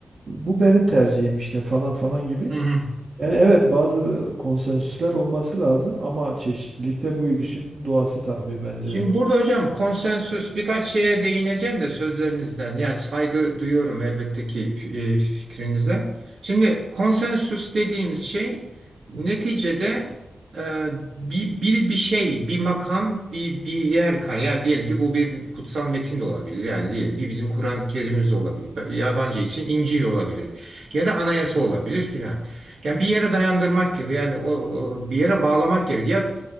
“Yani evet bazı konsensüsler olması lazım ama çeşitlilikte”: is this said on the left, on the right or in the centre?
Right